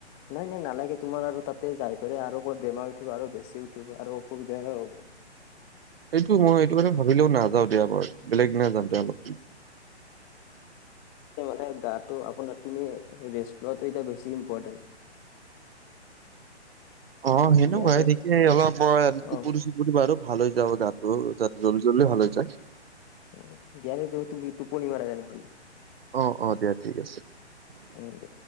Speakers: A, on the left; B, on the right.
A: নাই নাই নালাগে তোমাৰ আৰু তাতে যাই পেলাই আৰু ক'ত বেমাৰ উঠিব আৰু বেছি উঠিব আৰু অসুবিধাে হ'ব
B: এইটো মই এইটো মানে ভাবিলেও নাযাওঁ দিয়া মই বেলেগ দিনা যাওঁ দে
A: উম
B: অলপ
A: মানে গাটো আপোনাৰ তুমি ৰেষ্ট লোৱাটো এতিয়া বেছি ইম্পৰ্টেণ্ট <unintelligible>
B: অ সেনেকুৱা
A: দিয়া তে
B: সিক অলপ টোপৰি
A: অ
B: চুপৰি ব আৰু ভাল হৈ যাব গাত ত তাতে জলদি জল্দি ভাল হৈ যায়
A: উ দিয় তুমি টোপনি মাৰা তেনেহলে হলে
B: অ অ দিয়া ঠিক আছে
A: উম দিয়া